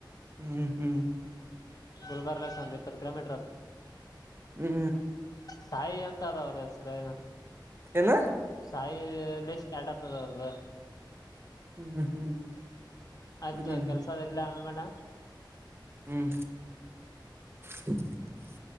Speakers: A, on the right; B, on the left.
A: ಹ್ಮ್ ಹ್ಮ್
B: ಗುರುಬಾರಲ ಸಂದ ಇಪ್ಪತ್ತು ಕಲೋಮೀಟರ್ ಆದ
A: ಹ್ಮ್
B: ಸಾಯಿ ಅಂತ ಅದ ಅವ್ರ ಹೆಸರ ಏನು
A: ಏನ
B: ಸಾಯ ಸ್ಟಾರ್ಟ್ ಆಗ್ತದ ಅವರ್ಗ
A: ಹ್ಮ್ ಹ್ಮ್ ಹ್ಮ್
B: ಆಯ್ತು
A: ಹ್ಮ್
B: ಕೆಲ್ಸ ಅದೆಲ್ಲ ಮಾಡೇಡ
A: ಹ್ಮ್ <inaudible>